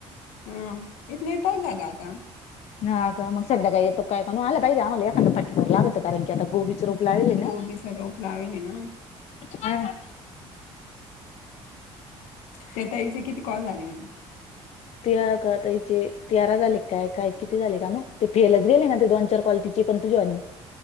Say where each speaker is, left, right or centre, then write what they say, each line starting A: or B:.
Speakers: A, on the left (about 85°); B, on the left (about 60°).
A: हा इत नाही पाऊस झाला आता.
B: हा का मग संध्याकाळी येतो कायणून आला पाजे आमलाखादा फक्की करा लागतं कारणी आ गोबी च रोप लावले ना
A: गोबीचा रोप लावेल ना.
B: हा.
A: हो. तेताईच किती? कॉल झाले म्हणे
B: ते काताचे तिरा झाले काय काय किती? झा का ते फेलच गेले ना ते दोन चार क्लिटीचे पण तुझ्या आणि